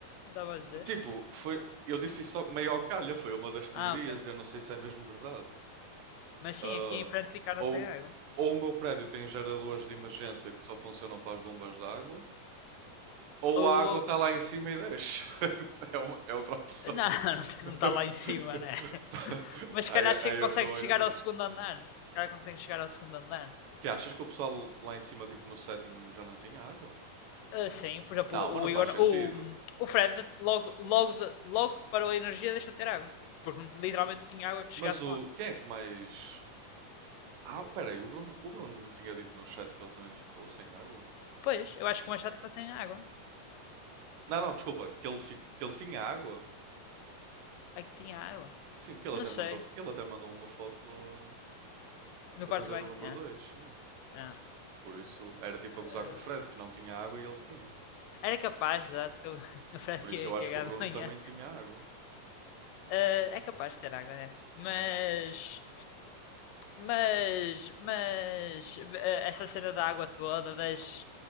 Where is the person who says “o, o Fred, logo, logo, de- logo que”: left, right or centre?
Left